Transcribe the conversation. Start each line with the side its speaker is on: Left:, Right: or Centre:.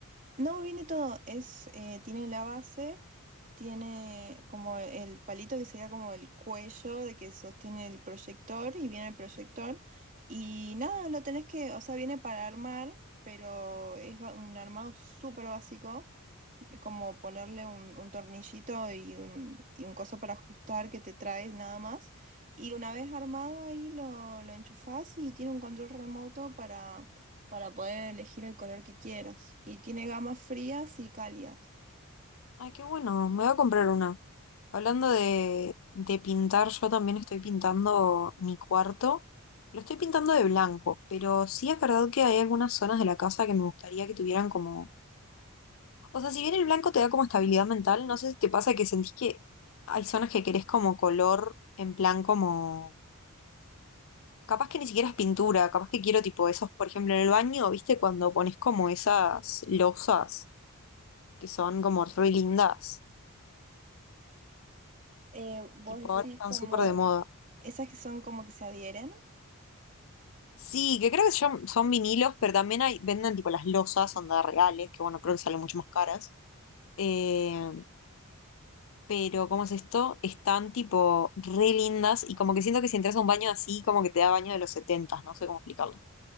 Right: No, viene todo, es, eh, tiene la base, tiene como el palito que sería como el cuello de que sostiene el proyector y viene el proyector y nada, lo tenés que, o sea, viene para armar, pero es ba- un armado súper básico de como ponerle un, un tornillito y un, y un coso para ajustar que te traes nada más. Y una vez armado ahí lo, lo enchufás y tiene un control remoto para, para poder elegir el color que quieras. Y tiene gamas frías y cálidas.
Left: Ay, qué bueno, me voy a comprar una. Hablando de, de pintar, yo también estoy pintando mi cuarto. Lo estoy pintando de blanco, pero sí es verdad que hay algunas zonas de la casa que me gustaría que tuvieran como O sea, si bien el blanco te da como estabilidad mental, no sé si te pasa que sentís que hay zonas que querés como color en plan como... Capaz que ni siquiera es pintura, capaz que quiero tipo esos, por ejemplo, en el baño, ¿viste? Cuando pones como esas losas que son como re lindas,
Right: Eh, vos
Left: tipo
Right: decís
Left: ahora están
Right: como
Left: súper de moda.
Right: esas que son como que se adhieren.
Left: Sí, que creo que son, son vinilos, pero también hay, venden tipo las losas, onda reales, que bueno, creo que salen mucho más caras. Eh, pero ¿cómo es esto? Están tipo re lindas y como que siento que si entras a un baño así, como que te da baño de los setentas no sé cómo explicarlo.